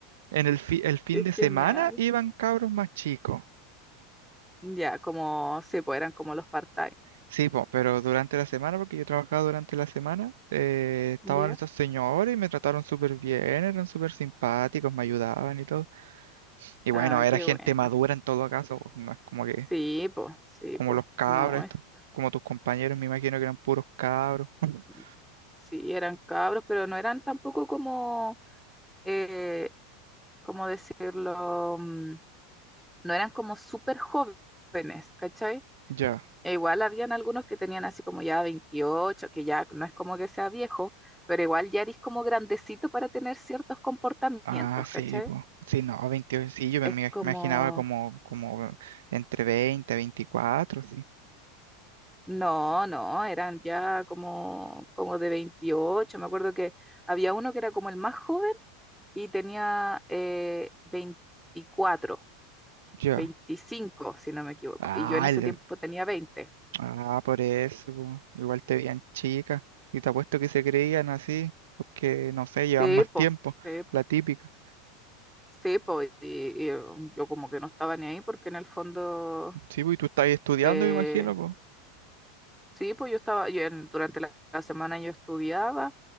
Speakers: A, on the right; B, in the centre.
A: En el, fi- el fin
B: qué
A: de
B: genial.
A: semana iban cabros más chicos.
B: Ya, como, sí, pues eran como los part-time.
A: Sí, po, pero durante la semana, porque yo trabajaba durante la semana, eh, estaban
B: Ya,
A: estos señores y me trataron súper bien, eran súper simpáticos, me ayudaban y todo. Y bueno,
B: ah,
A: era
B: qué
A: gente
B: bueno.
A: madura en todo caso, pues, no es como que
B: Sí, pues, sí,
A: como
B: pues,
A: los cabros,
B: no,
A: estos,
B: esto.
A: como tus compañeros, me imagino que eran puros cabros. <laughs>
B: Sí, sí, eran cabros, pero no eran tampoco como eh, ¿cómo decirlo? Mm, No eran como súper jóvenes, ¿cachai?
A: Ya.
B: E igual habían algunos que tenían así como ya 28, que ya no es como que sea viejo, pero igual ya eres como grandecito para tener ciertos comportamientos,
A: Ah, sí,
B: ¿cachai?
A: pues. Sí, no, 28 sí, yo me
B: Es
A: ima-
B: como,
A: imaginaba como, como entre veinte veinticuatro sí.
B: no, no, eran ya como, como de 28. Me acuerdo que había uno que era como el más joven y tenía eh, 24.
A: Ya.
B: 25, si no me equivoco.
A: Ah,
B: Y yo en ese
A: el-
B: tiempo tenía 20.
A: ah, por eso, po. Igual te veían chicas. Y te apuesto que se creían así, porque, no sé, llevan
B: Sí,
A: más tiempo,
B: pues, sí, po,
A: la típica.
B: sí, po, y, y um, yo como que no estaba ni ahí porque en el fondo,
A: Sí, pues, y tú estás estudiando,
B: eh,
A: me imagino, pues.
B: sí, pues yo estaba, yo en- durante la, la semana yo estudiaba